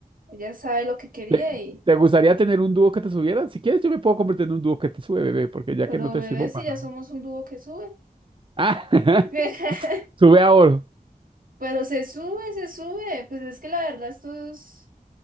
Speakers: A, on the right; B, on the right.
A: Ella sabe lo que quería
B: ¿Te,
A: y...
B: te gustaría tener un dúo que te subiera? Si quieres, yo me puedo convertir en un dúo que te sube, bebé, porque ya
A: Pero
B: que no te
A: bebé,
B: sirvo
A: si
B: para
A: ya
B: nada.
A: somos un dúo que sube.
B: Ah, <laughs>
A: <laughs>
B: sube a oro.
A: Pero se sube, se sube. Pues es que la verdad estos,